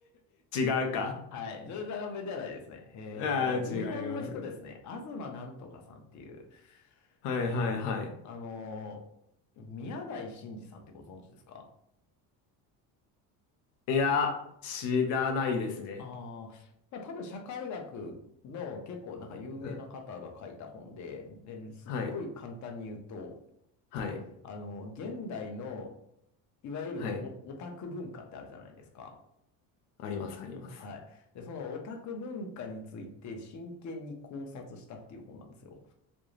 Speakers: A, on the left; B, on the left.
A: うか。
B: はい、ジョルジャガンベではないですね。えーっと、
A: ああ、違います。
B: 日本の人ですね、東なんとかさんっていう、
A: はいはいはい。
B: うんあのー、宮台真司さんってご存知ですか
A: いや、知らないですね。
B: ああまあ多分社会学の結構なんか有名な方が書いた本で、
A: うん。
B: で、すっごい簡単に言うと、
A: はい、はい、
B: あの、現代の、いわゆるオタク文化ってあるじゃないですか。
A: はい。あります、あります。
B: はい。で、そのオタク文化について真剣に考察したっていう本なんですよ。